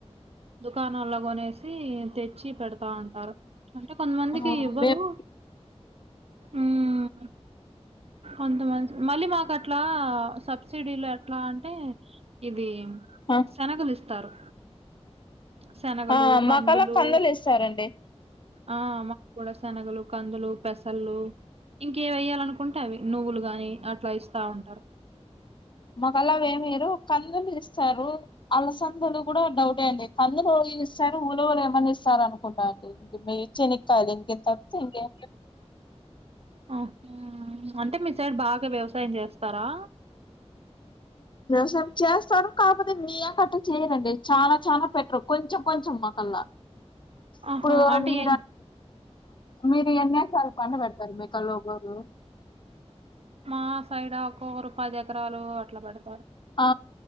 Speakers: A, on the right; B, on the left.
A: దుకాణల్లో కొనేసి తెచ్చి పెడతాంటారు అంటే కొంతమందికి
B: ఆ!
A: ఇవ్వరు
B: మేము
A: మ్మ్ అంత మంది మళ్ళీ మాకు అట్లా సబ్సిడీలు అట్లా అంటే ఇది
B: ఆ!
A: శనగలు ఇస్తారు శనగలు
B: ఆ!
A: కందులు
B: మాకలా కందులిస్తారండి.
A: ఆ మాకు కూడా శనగలు కందులు పెసళ్ళలు ఇంకేవేయ్యాలినుకు కుంటా అవి నువ్వులు గాని అట్లా ఇస్తా ఉంటారు
B: మకలా ఏమి లేదు కందులు ఇస్తారు అలసందులు కూడా డౌటే అండి కందులు ఇస్తారు మూలలు ఏమన్నా ఇస్తారు స్తరు అనుకుంటా అండి ఇంక మీ చినక్కయి ఇంకేం తప్పతే ఇంకేం
A: ఆ అంటే మీ సైడ్ బాగా వ్యవసాయం చేస్తారా
B: కొంచెం చేస్తాడు కాకపోతే మీయాప్ కట్ట చేయరండి చాలా చాలా పెటరు కొంచెం కొంచెం మాకల్లా
A: ఆహా
B: ఇప్పుడు
A: అంటే
B: మీరు
A: ఏం
B: మీరు ఎన్నిసాల పడు పెడతారు మీ కలోగోరు
A: మా సైడ్ ఒక్కొక్కరు పది ఎకరాలు అట్లా పెడతారు
B: ఆ